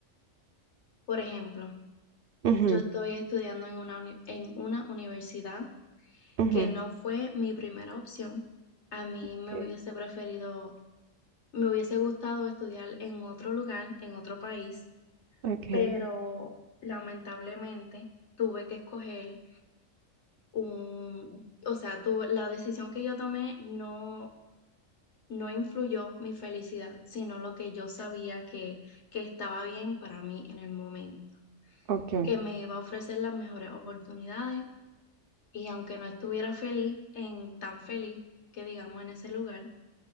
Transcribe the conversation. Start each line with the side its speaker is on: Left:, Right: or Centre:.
Left: Por ejemplo,
Right: ujú,
Left: yo estoy estudiando en una, uni- en una universidad
Right: ujú.
Left: que no fue mi primera opción. A mí
Right: Ok,
Left: me hubiese preferido Me hubiese gustado estudiar en otro lugar, en otro país,
Right: ok,
Left: pero lamentablemente tuve que escoger un, o sea, tuve, la decisión que yo tomé no, no influyó mi felicidad, sino lo que yo sabía que, que estaba bien para mí en el momento,
Right: ok,
Left: que me iba a ofrecer las mejores oportunidades y aunque no estuviera feliz, en tan feliz que digamos en ese lugar,